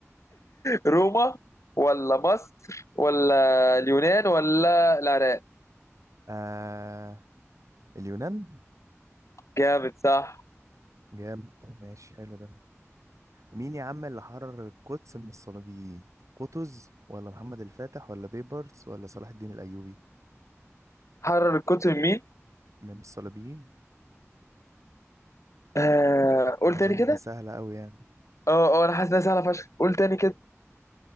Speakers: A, on the left (about 70°); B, on the right (about 80°).
A: روما ولا مصر ولا اليونان ولا العراق
B: آه اليونان
A: جامد صح
B: جامد ماشي حلو ده مين يا عم اللي حرر القدس من الصليبيين قطز ولا محمد الفاتح ولا بيبرس ولا صلاح الدين الايوبي
A: حرر القطب مين
B: من الصليبيين
A: آه قول
B: اظن
A: تاني كده
B: دي سهله قوي يعني
A: اه اه انا حاسس انها سهله فشخ قول تاني كده